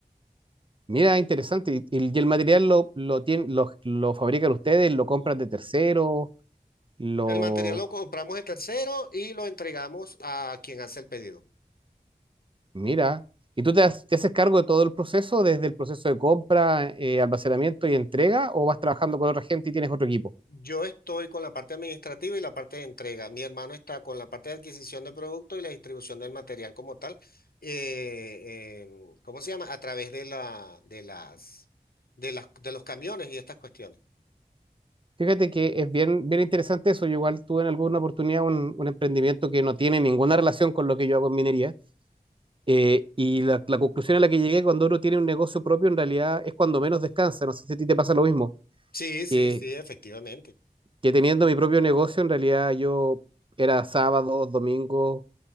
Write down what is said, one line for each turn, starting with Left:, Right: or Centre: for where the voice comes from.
Right: mira, interesante. Y, y el material lo, lo, tien- lo, lo fabrican ustedes, lo compran de terceros, lo...
Left: El material lo compramos de tercero y lo entregamos a quien hace el pedido.
Right: Mira. ¿Y tú te, has- te haces cargo de todo el proceso, desde el proceso de compra, eh, almacenamiento y entrega, o vas trabajando con otra gente y tienes otro equipo?
Left: Yo estoy con la parte administrativa y la parte de entrega. Mi hermano está con la parte de adquisición de producto y la distribución del material como tal. eh, en- ¿cómo se llama? A través de la, de las, de las, de los camiones y estas cuestiones.
Right: Fíjate que es bien, bien interesante eso. Yo igual tuve en alguna oportunidad un, un emprendimiento que no tiene ninguna relación con lo que yo hago en minería Eh, y la, la conclusión a la que llegué cuando uno tiene un negocio propio, en realidad es cuando menos descansa. No sé si a ti te pasa lo mismo,
Left: Sí, sí,
Right: que,
Left: sí, efectivamente.
Right: que teniendo mi propio negocio, en realidad yo era sábados, domingos,